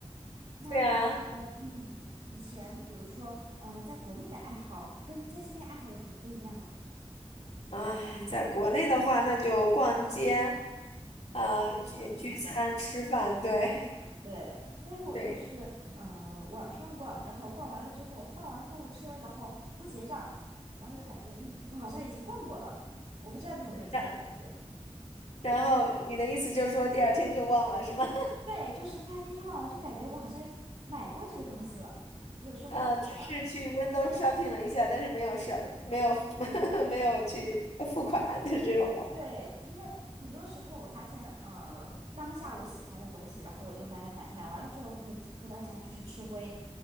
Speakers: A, on the right (about 70°); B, on the left (about 75°).
A: 那呃，
B: 对啊，
A: 你以前比如说呃，在国内的爱好跟在这边爱好有什么不一样吗？
B: 哎，在国内的话，那就逛街啊，聚聚餐、
A: 我也喜欢逛街。
B: 吃饭，对
A: 对，但是我都是呃网上逛，
B: <laughs> 对。
A: 然后逛完了之后放完购物车，然后不结账，然后就感觉嗯，我好像已经逛过了。我不知道你有没有这种感觉？
B: 然然后你的意思就是说第二天就忘了是吗？
A: 对，就是第二天就忘了，就感觉我好像买过这个东西了，
B: <laughs>
A: 有时候会这样。
B: 嗯，只是去 window shopping 了一下，但是没有是没有 <laughs> 没有去付款，就是这种的。
A: 对，因为很多时候我发现，呃，当下我喜欢的东西，然后我就买买买，买完了之后回回到家就是吃灰。